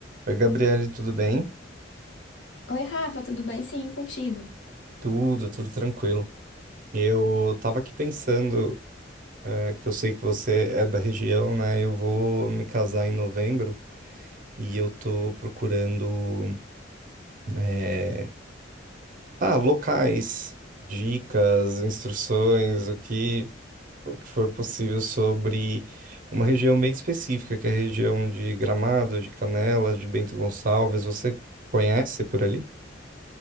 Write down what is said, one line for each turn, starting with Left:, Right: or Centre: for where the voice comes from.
Right: Oi, Gabriele, tudo bem?
Left: Oi, Rafa, tudo bem? Sim, contigo.
Right: Tudo, tudo tranquilo. Eu tava aqui pensando, eh, que eu sei que você é da região, né? Eu vou me casar em novembro e eu tô procurando, eh, ah, locais, dicas, instruções, o que, o que for possível sobre uma região bem específica, que é a região de Gramado, de Canela, de Bento Gonçalves. Você conhece por ali?